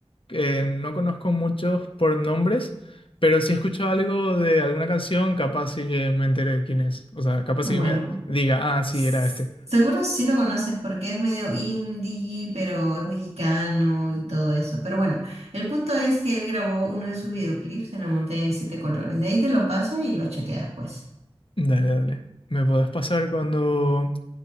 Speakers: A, on the left; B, on the right.
A: eh, no conozco muchos por nombres, pero si he escuchado algo de alguna canción, capaz sí que me enteré de quién es. O sea, capaz
B: Bueno,
A: sí que me diga, ah, sí,
B: s-
A: era este.
B: seguro sí lo conoces porque es medio indie, pero es mexicano y todo eso. Pero bueno, el punto es que él grabó uno de sus videoclips en la montaña de siete colores. De ahí te lo paso y lo chequeas, pues.
A: Dale, dale. ¿Me podés pasar cuando,